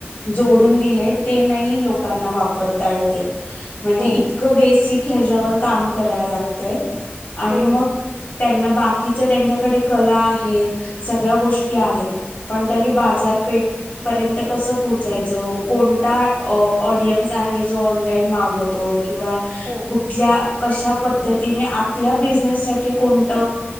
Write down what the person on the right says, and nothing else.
बरोबर.
हो,
हो
ना,
हो ना.
हो,